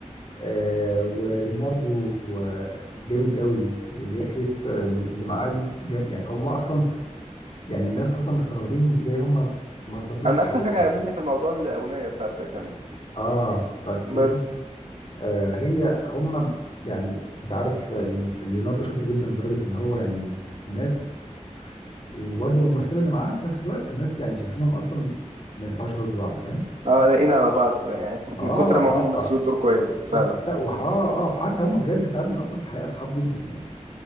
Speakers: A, on the left; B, on the right.
A: آه وليوناردو آه، جامد قوي واللي هي كيت آه، اللي معاه دي جام يعني هم اصلا يعني الناس اصلا مستغربين ازاي هم ما ارتبطوش
B: انا
A: في الحقيقه
B: اكتر حاجه
A: اصلا.
B: عجبتني في الموضوع الاغنيه بتاعه تايتانيك
A: اه بتاعت كلين
B: بس
A: آه هي هم يعني انت عارف آه، ليوناردو شاطر جدا لدرجه ان هو يعني الناس وبرضه الممثله اللي معاه في نفس الوقت الناس يعني شايفينهم اصلا ما ينفعوش غير لبعض فاهم
B: اه لاقينا على بعض يعني <laughs>
A: اه
B: من كتر ما
A: اه
B: هم مثلوا الدور كويس
A: بالظبط
B: فعلا
A: لا وه- اه اه وحتى هم بجد فعلا اصلا في الحقيقه اصحاب جدا يعني